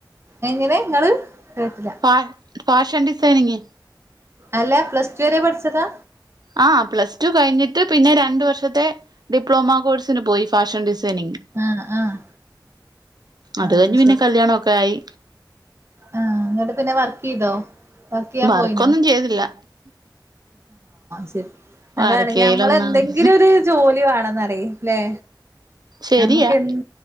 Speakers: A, on the right (about 35°); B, on the right (about 60°).
A: എങ്ങനെ ഇങ്ങള് കേട്ടില്ല
B: ആഹ് ഫാഷൻ ഡിസൈനിങ്ങ്.
A: അല്ല പ്ലസ് ടു വരെ പഠിച്ചതാ?
B: ആഹ് പ്ലസ് ടു കഴിഞ്ഞിട്ട് പിന്നെ രണ്ട് വർഷത്തെ ഡിപ്ലോമ കോഴ്സിന് പോയി. ഫാഷൻ ഡിസൈനിങ്
A: ആഹ് ആഹ്
B: അത്
A: ആഹ്
B: കഴിഞ്ഞ് പിന്നെ
A: ശരി
B: കല്യാണക്കെ ആയി.
A: ആഹ് ങ്ങട്ട് പിന്നെ വർക്ക് യ്തോ വർക്ക് യ്യാൻ
B: വർക്കൊന്നും
A: പോയിനോ?
B: ചെയ്തില്ല
A: ശരി അതാണ്
B: വർക്കേലൊന്നാണ്
A: നമ്മൾ എന്തെങ്കിലും ഒരു ജോലി വേണെന്ന് അറി ല്ലേ?
B: ശരിയാ
A: നമുക്ക് എന്ത്